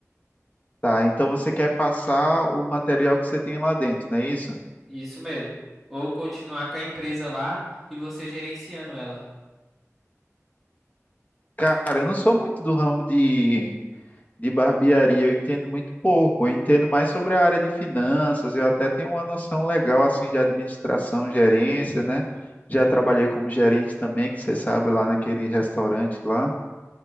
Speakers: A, on the left (about 30°); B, in the centre.
A: Tá, então você quer passar o material que você tem lá dentro, não é isso?
B: Isso mesmo. Ou continuar com a empresa lá e você gerenciando ela.
A: Cara, eu não sou muito do ramo de, de barbearia, eu entendo muito pouco. Eu entendo mais sobre a área de finanças, eu até tenho uma noção legal assim de administração, gerência, né? Já trabalhei como gerente também, que você sabe, lá naquele restaurante lá.